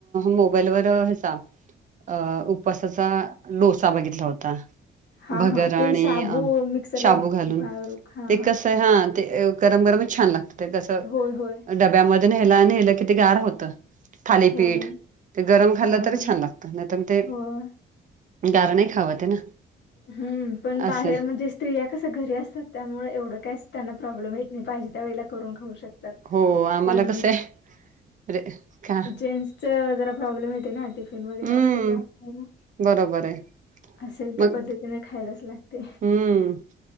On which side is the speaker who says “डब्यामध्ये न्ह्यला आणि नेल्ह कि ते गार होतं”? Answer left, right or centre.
Right